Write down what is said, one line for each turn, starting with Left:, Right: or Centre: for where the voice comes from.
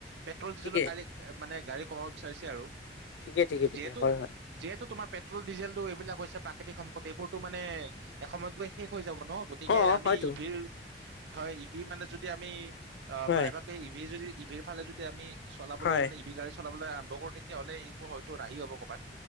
Right: পেট্ৰল-ডিজেলৰ
Left: ঠিকেই
Right: কালি এ মানে গাড়ী কমাব বিচাৰিছে আৰু
Left: ঠিকে ঠিকে ঠিকে
Right: যিহেতু
Left: হয় হয়
Right: যিহেতু তোমাৰ পেট্ৰল ডিজেলটো এইবিলাক হৈছে প্ৰাকৃতিক সম্পদ এইবোৰতো মানে এসময়ত গৈ শেষ হৈ যাব ন গতিকে
Left: অ
Right: আমি
Left: হয়তো
Right: ই ভিৰ হয় ই ভি মানে যদি আমি অ
Left: হয়
Right: প্ৰায়ভাগে ই ভি যদি ইভিৰ ফালে যদি আমি চলাবলৈ
Left: হয়
Right: মানে ই ভি গাড়ী চলাবলৈ আৰম্ভ কৰো তেতিয়াহ'লে এইবোৰ হয়তো ৰাহি হব ক'বাত।